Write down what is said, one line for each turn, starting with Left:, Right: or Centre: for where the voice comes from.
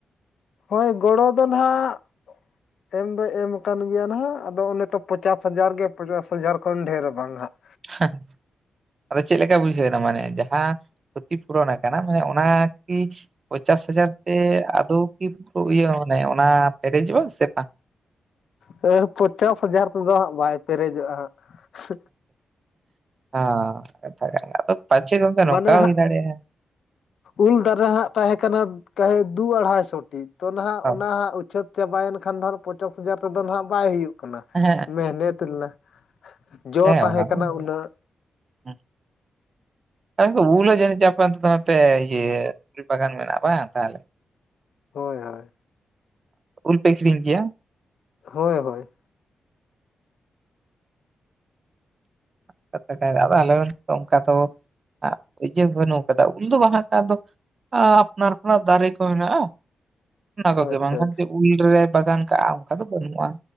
Left: ᱦᱳᱭ ᱜᱚᱲᱚ ᱫᱚ ᱱᱟᱦᱟᱜ ᱮᱢ ᱫᱚᱭ ᱮᱢ ᱠᱟᱱ ᱜᱮᱭᱟ ᱱᱟᱦᱟᱜ ᱟᱫᱚ ᱚᱱᱮ ᱛᱚ ᱯᱚᱪᱟᱥ ᱦᱟᱡᱟᱨ ᱜᱮ ᱯᱚᱪᱟᱥ ᱦᱟᱡᱟᱨ ᱠᱷᱚᱱ ᱰᱷᱮᱨ ᱵᱟᱝ ᱦᱟᱸᱜ᱾
Right: ᱦᱟᱸᱪᱷ ᱟᱫᱚ ᱪᱮᱫ ᱞᱮᱠᱟ ᱵᱩᱡᱷᱟᱹᱣᱱᱟ ᱢᱟᱱᱮ ᱡᱟᱦᱟᱸ ᱠᱷᱚᱛᱤ ᱯᱩᱨᱚᱱ ᱠᱟᱱᱟ ᱢᱟᱱᱮ ᱚᱱᱟ ᱠᱤ ᱯᱚᱪᱟᱥ ᱦᱟᱡᱟᱨ ᱛᱮ ᱟᱫᱚ ᱠᱤ ᱯᱩᱨᱟ ᱤᱭᱟᱹ ᱢᱟᱱᱮ ᱚᱱᱟ ᱯᱮᱨᱮᱡᱚᱜ-ᱟ ᱥᱮ ᱵᱟᱝ?
Left: ᱦᱟ ᱯᱚᱧᱪᱟᱥ ᱦᱟᱡᱟᱨ ᱛᱮᱫᱚ ᱦᱟᱸᱜ ᱵᱟᱭ ᱯᱮᱨᱮᱡᱚᱜ-ᱟ ᱦᱟᱸᱜ ᱾
Right: ᱦᱟ ᱛᱟᱞᱮ ᱚᱲᱟᱜ ᱫᱚ ᱯᱟᱪᱮ ᱜᱚᱝᱠᱮ ᱱᱚᱝᱠᱟ
Left: ᱢᱟᱱᱮ ᱦᱟᱸᱜ
Right: ᱦᱩᱭ ᱫᱟᱲᱮᱭᱟᱜ-ᱟ,
Left: ᱩᱞ ᱫᱟᱨᱮ ᱦᱟᱜ ᱛᱟᱦᱮᱸ ᱠᱟᱱᱟ ᱠᱟᱦᱮ ᱫᱩ-ᱟᱲᱟᱭᱥᱚ ᱴᱤ ᱛᱚ ᱱᱟᱦᱟᱜ
Right: ᱦᱳᱭ
Left: ᱚᱱᱟᱦᱟᱜ ᱩᱪᱷᱟᱹᱛ ᱪᱟᱵᱟ ᱭᱮᱱ ᱠᱷᱟᱱ ᱫᱚ ᱦᱟᱜ ᱯᱚᱪᱟᱥ ᱦᱟᱡᱟᱨ ᱛᱮᱫᱚ ᱱᱟᱦᱟᱜ ᱵᱟᱭ ᱦᱩᱭᱩᱜ ᱠᱟᱱᱟ
Right: ᱦᱮᱸ
Left: ᱢᱮᱦᱱᱮᱛ ᱞᱮᱱᱟ ᱡᱚ
Right: ᱦᱮ
Left: ᱛᱟᱦᱮᱸ
Right: ᱚᱱᱟ ᱢᱟ
Left: ᱠᱟᱱᱟ
Right: ᱢᱮᱱᱟᱜ
Left: ᱩᱱᱟᱹᱜ
Right: ᱠᱟᱵᱩᱞ ᱦᱚ ᱡᱟᱱᱤᱡ ᱪᱚ ᱟᱯᱮ ᱚᱱᱛᱮ ᱫᱚᱢᱮ ᱯᱮ ᱤᱭᱟ ᱭᱟ ᱩᱞ ᱵᱟᱜᱟᱱ ᱢᱮᱱᱟᱜ-ᱟ ᱵᱟᱝ ᱛᱟᱦᱚᱞᱮ
Left: ᱦᱳᱭ ᱦᱳᱭ,
Right: ᱩᱞ ᱯᱮ ᱟᱠᱷᱨᱤᱧ ᱜᱮᱭᱟ?
Left: ᱦᱳᱭ ᱦᱳᱭ,
Right: <unintelligible> ᱤᱭᱟᱹ ᱵᱟᱹᱱᱩᱜ ᱟᱠᱟᱫᱟ ᱩᱞ ᱫᱚ ᱵᱟᱝ ᱠᱷ ᱫᱚ ᱟᱯᱱᱟᱨᱯᱨ ᱫᱟᱨᱮ ᱠᱚ ᱦᱮᱱᱟᱜ-ᱟ᱾ ᱚᱱᱟ ᱠᱚᱜᱮ
Left: ᱟᱪᱪᱷᱟ
Right: ᱵᱟᱝᱠᱷᱟᱱ
Left: ᱟᱪᱪᱷᱟ
Right: ᱡᱮ ᱩᱞᱨᱮ ᱵᱟᱜᱟᱱ ᱠᱟᱜ-ᱟ ᱚᱱᱠᱟ ᱫᱚ ᱵᱟᱹᱱᱩᱜ-ᱟ᱾